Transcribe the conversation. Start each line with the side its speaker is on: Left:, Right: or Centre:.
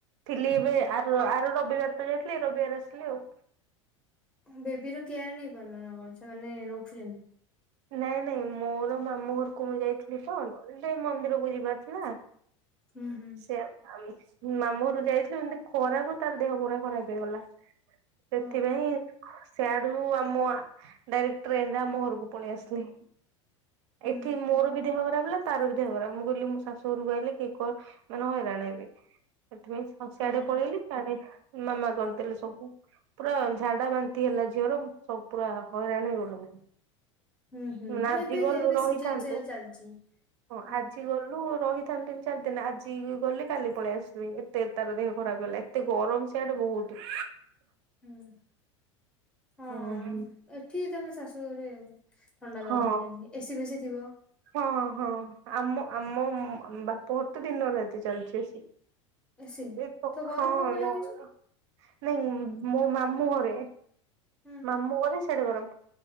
Right: ଥିଲି ଏବେ ଆ ଆର ରବିବାର ତ ଯାଇଥିଲି ରବିବାର ଆସିଲି ଆଉ।
Centre: ବେବି ର କେୟାର ନେଇ ପାରୁନ ନା କଣ ସେମାନେ ରଖୁଚନ୍ତି?
Right: ନାଇଁ ନାଇଁ ମୋର ମାମୁଁ ଘରକୁ ମୁଁ ଯାଇଥିଲି ତଣ ଟେ ମନ୍ଦିରକୁ ଯିବାର ଥିଲା।
Centre: ହୁଁ ହୁଁ।
Right: ସେ ଆମ ମାମଁ ଘରୁକୁ ଯାଇଥିଲୁ ଏମିତି ଖରାକୁ ତାର ଦେହ ପୁରା ଖରାପ ହେଇଗଲା। ସେଥିପାଇଁ
Centre: ଓହୋ
Right: ସେଆଡୁ ଆମ ଆ ଡାଇରେକ୍ଟ ଟ୍ରେନ ରେ ଆମ ଘରକୁ ପଳେଇ ଆସିଲି।
Centre: ହୁଁ
Right: ଏଠି
Centre: ହୁଁ
Right: ମୋର ବି ଦେହ ଖରାପ ହେଲା ତାର ବି ଦେହ ଖରାପ ମୁଁ କହିଲି ମୁ ଶାଶୁ ଘରୁକୁ ଆାଇଲେ କେହି କଣ ମାନେ ହଇରାଣ ହେବେ। ସେଥିପାଇଁ ହ ସିଆଡେ
Centre: ହଁ
Right: ପଳେଇଲି ସିଆଡେ ମାମା କରିଦେଲେ ସବୁ। ପୁରା ଝାଡା ବାନ୍ତି ହେଲା ଝିଅର ସବୁ ପୁରା ହଇରାଣ ହେଇଗଲୁ।
Centre: ହୁଁ ହୁଁ
Right: ଆଜି
Centre: ଏବେ
Right: ଗଲୁ
Centre: ଏବେ
Right: ରହିଥାନ୍ତୁ
Centre: ସିଜନ ସେୟା ଚାଲିଛି।
Right: ହଁ
Centre: ହୁଁ
Right: ଆଜି ଗଲ ଉ ରହିଥାନ୍ତି ତିନି ଚାରି ଦିନ ଆଜି ଗଲେ କାଲି ପଳେଇ ଆସିବି ଏତେ ତାର ଦେହ ଖରାପ ହେଲା ଏତେ ଗରମ ସିଆଡେ ବହୁତ।
Centre: ହୁଁ ହଁ
Right: ଓହୋ।
Centre: ଏଠି ତମେ ଶାଶୁଘରେ ଥଣ୍ଡା
Right: ହଁ
Centre: ଲାଗୁଥିବ ଯେମିତି ଏସିି ବେସିି ଥିବ।
Right: ହଁ ହଁ ଆମ ଆମୋ ବାପ ଘର ତେ ଦିନରାତି ଚାଲିଚି ଏ ସି।
Centre: ଏସି
Right: <unintelligible>
Centre: ତ ଗରମ କଣ ପାଇଁ ଲାଗୁଛି
Right: ନାଇଁ ମୋ ମାମୁଁ ଘରେ।
Centre: ହୁଁ
Right: ମାମୁଁ ଘରେ ସିଆଡେ ଗରମ।